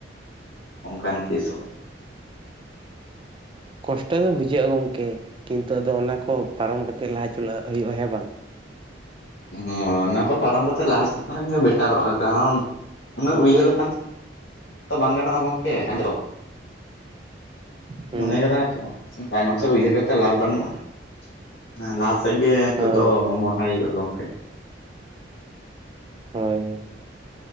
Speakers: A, on the left (about 80°); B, on the right (about 30°).
A: ᱚᱝᱠᱟᱱ ᱠᱮᱥᱚᱜ
B: ᱠᱚᱥᱴᱚ ᱫᱚ ᱵᱩᱡᱷᱟᱹᱜᱼᱟ ᱜᱚᱢᱠᱮ ᱠᱤᱱᱛᱩ ᱟᱫᱚ ᱚᱱᱟ ᱠᱚ ᱯᱟᱨᱚᱢ ᱠᱟᱛᱮᱜ ᱞᱟᱦᱟ ᱪᱟᱞᱟᱜ ᱦᱩᱭᱩᱜᱼᱟ ᱦᱮᱸ ᱵᱟᱝ ᱾
A: ᱦᱚᱸ ᱚᱱᱟ ᱠᱚ ᱯᱟᱨᱚᱢ ᱠᱟᱛᱮᱜ ᱞᱟᱦᱟ ᱪᱟᱞᱟᱱ ᱜᱮ ᱵᱮᱴᱟᱨᱚᱜᱼᱟ ᱠᱟᱨᱚᱱ ᱩᱱᱟᱹᱜ ᱩᱭᱦᱟᱹᱨ ᱞᱮᱠᱷᱟᱱ ᱛᱚ ᱵᱟᱝ ᱜᱟᱱᱚᱜᱼᱟ ᱜᱚᱝᱠᱮ ᱦᱮᱞᱳ ᱾
B: ᱦᱮᱸ
A: ᱢᱚᱱᱮ ᱠᱟᱫᱟᱭ ᱛᱚ ᱛᱟᱭᱱᱚᱢ ᱥᱮᱫ ᱩᱭᱦᱟᱹᱨ ᱠᱟᱛᱮᱫ ᱞᱟᱵᱷᱽ ᱵᱟᱹᱱᱩᱜᱼᱟ ᱾ ᱦᱮᱸ ᱞᱟᱦᱟ ᱥᱮᱫ ᱜᱮ ᱱᱤᱛᱚᱜ
B: ᱦᱳᱭ
A: ᱫᱚ ᱢᱚᱦᱰᱟᱭ ᱦᱩᱭᱩᱜᱼᱟ ᱜᱚᱝᱠᱮ ᱾
B: ᱦᱳᱭ ᱦᱳᱭ ᱾